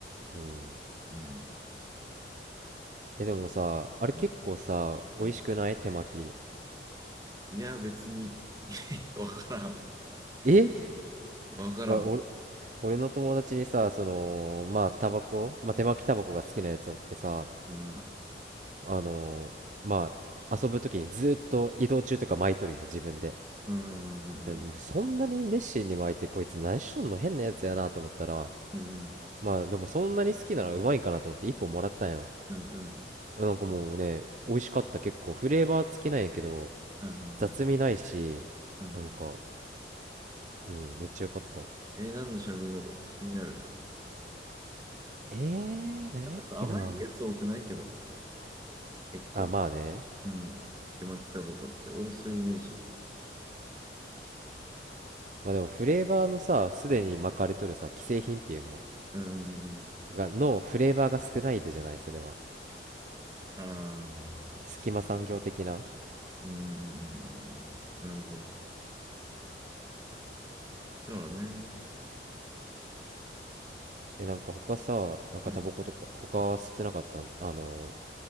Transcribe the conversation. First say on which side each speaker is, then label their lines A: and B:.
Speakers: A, on the right; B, on the right.
A: うん。
B: うん。
A: え、でもさ、あれ結構さ、
B: うん
A: 美味しくない手巻き。
B: うんいや、別に、<laughs> わからん。
A: え
B: わからん。
A: わ、俺、俺の友達にさ、その、まあ、タバコ、まあ、手巻きタバコが好きなやつおってさ、
B: うん。
A: あのーまあ、遊ぶ時にずっと移動中とか巻いとるよ、自分で。
B: うん。
A: で、
B: うん。
A: そんなに熱心に巻いて、こいつ何しとんの変なやつやなと思ったら、
B: うん。
A: まあでもそんなに好きならうまいんかなと思って一本もらったんよ
B: うん。うん。
A: なんかもうね美味しかった結構フレーバー付きなんやけど
B: うん。うん。
A: 雑味ないしなんか
B: うんうん
A: うんめっちゃよかった
B: えー、何のしゃぶだろう気になるな。
A: えー、なんやっけな
B: なんかさ、甘いやつ多くないけど、結構。
A: あまあね
B: うん。手巻きタバコって、俺そういうイメージ。
A: まあでもフレーバーのさすでに巻かれとるさ既製品っていうの
B: うん
A: がのフレーバーが少ないでじゃないそれは
B: ああ、
A: 隙間産業的な
B: 確かに。うーん、なるほど。そうね。
A: えなんか他さなんかタバコとか他吸ってなかったんあのー
B: うん、